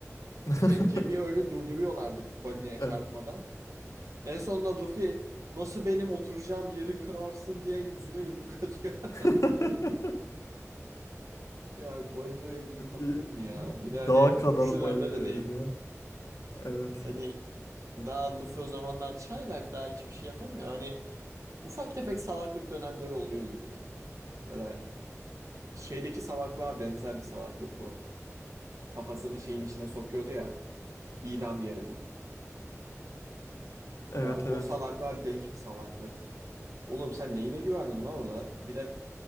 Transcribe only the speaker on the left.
<laughs>
Evet.
<laughs>
Bir
dağ kadar
balinaya
bir de. Evet.
Evet
evet.